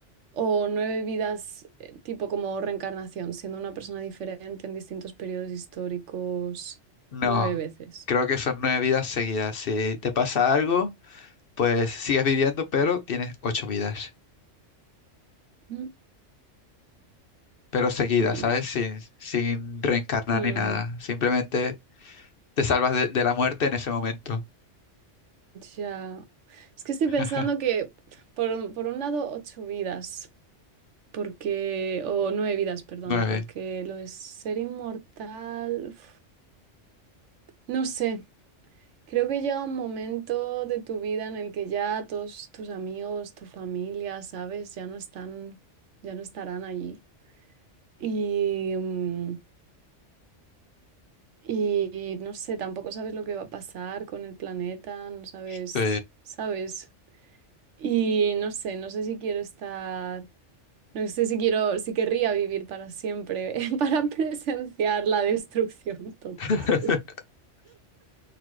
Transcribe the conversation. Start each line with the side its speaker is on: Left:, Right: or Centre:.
Right: O nueve vidas, eh, tipo como reencarnación, siendo una persona diferente en distintos periodos históricos,
Left: No,
Right: nueve veces.
Left: creo que son nueve vidas seguidas. Si te pasa algo, pues sigues viviendo, pero tienes ocho vidas.
Right: Mm,
Left: Pero seguidas,
Right: mm,
Left: ¿sabes? Sin, sin reencarnar
Right: mm,
Left: ni nada. Simplemente te salvas de, de la muerte en ese momento.
Right: ya. Es que estoy
Left: <laughs>
Right: pensando que, por, un- por un lado, ocho vidas, porque, o nueve vidas, perdón,
Left: Nueve.
Right: porque lo de ser inmortal, uf, no sé. Creo que llega un momento de tu vida en el que ya todos tus amigos, tu familia, sabes, ya no están, ya no estarán allí. Y, mm, y no sé, tampoco sabes lo que va a pasar con el planeta, no sabes,
Left: Sí.
Right: sabes. Y no sé, no sé si quiero estar, no sé si quiero, si querría vivir para siempre, <laughs> para presenciar la destrucción total.
Left: <laughs>